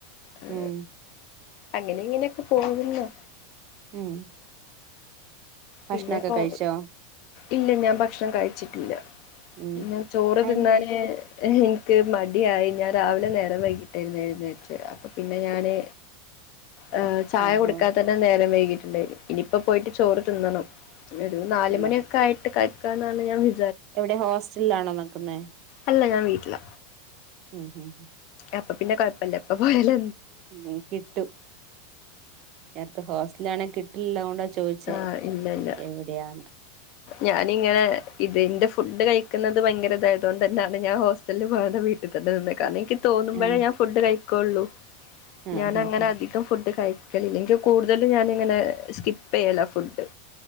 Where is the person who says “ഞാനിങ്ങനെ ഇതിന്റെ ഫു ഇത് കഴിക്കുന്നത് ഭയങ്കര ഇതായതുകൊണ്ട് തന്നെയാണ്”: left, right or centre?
Left